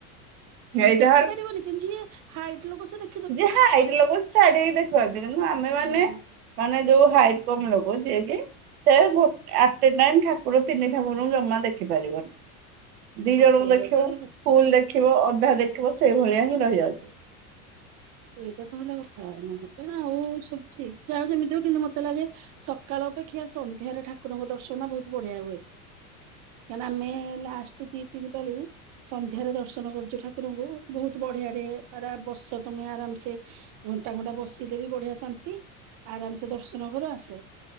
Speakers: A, on the right; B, on the right.
A: ଏଇଟା
B: ଦେଖି ପାରିବନି କେମିତି ଯିଏ ହାଇଟ୍ ଲୋକ ସେ ଦେ
A: ଯେ ହା ହାଇଟ୍ ଲୋକ ଛାଡକି ଦେଖପାରୁଥିଲେ କିନ୍ତୁ ଆମେମାନେ
B: ହଁ।
A: ମାନେ ଯୋଉ ହାଇଟ୍ କମ୍ ଲବ ଯିଏ କି ସେ ଗୋଟେ ଆଟେ ଟାଇମ୍ ଠାକୁର ତିନି ଠାକୁରଙ୍କୁ ଜମା ଦେଖି ପାରିବନି? ଦିଇ
B: ହଁ
A: ଜଣଙ୍କୁ
B: ସେଇଆ
A: ଦେଖିବ
B: ତ ହେଲା କଥା
A: ଫୁଲ୍ ଦେଖିବ ଅଧା ଦେଖିବ ସେଇଭଳିଆ ହିଁ ରହିଯାଉଚି?
B: ସେଇଟା ତ ହେଲା କଥା ନହେଲେ ଆଉ ସବୁ ଠିକ୍ ଯାହା ଯେମିତି ହୋଉ କିନ୍ତୁ ମତେ ଲାଗେ ସକାଳ ଅପେକ୍ଷା ସନ୍ଧ୍ୟାରେ ଠାକୁରଙ୍କ ଦର୍ଶନ ବୋହୁତ ବଢିଆ ହୁଏ। କାଁ ନା ଆମେ ଲାଷ୍ଟେ ଦି ତିନି ପାଳି ସନ୍ଧ୍ୟାରେ ଦର୍ଶନ କରିଚୁ ଠାକୁରଙ୍କୁ ଭୋହୁତୁ ବଢିଆରେ ପାରା ବସିସନ୍ତ ତମେ ଆରାମସେ ଘଣ୍ଟା ଘଣ୍ଟା ବସିଲେ ବି ବଢିଆ ଶାନ୍ତି? ଆରାମ୍ ସେ ଦର୍ଶନ କର ଆସ।